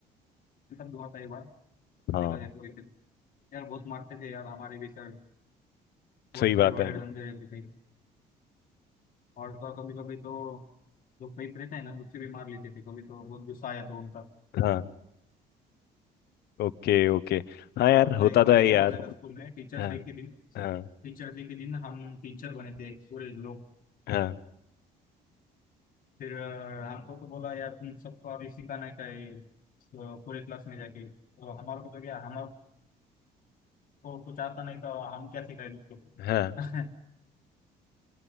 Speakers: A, on the left; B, on the left.
A: साथ भी हुआ था एक बार
B: हाँ
A: देखा जाए तो वैसे तो। यार बहुत मारते थे यार हमारे भी सर बहुत
B: सही
A: बड़े
B: बात
A: बड़े
B: है
A: डंडे रहते थे और तो कभी कभी तो जो पेट रहता है ना उससे भी मार लेते थे कभी तो बहुत गुस्सा आया था उनका
B: हाँ ओके ओके हाँ यार
A: और तो
B: होता
A: एक बार
B: तो है
A: ऐसा
B: यार
A: हो गया था स्कूल में टीचर्स
B: हाँ
A: डे के दिन
B: हाँ
A: टीचर डे के दिन हम टीचर बने थे पूरे लोग
B: हाँ
A: फिर अ, हमको तो बोला यार तुम सबको अभी सिखाना क्या है तो पूरे क्लास में जाके तो हमारे को तो क्या हमारे को कुछ आता नहीं था हम क्या सिखाए उसको
B: हाँ
A: <laughs>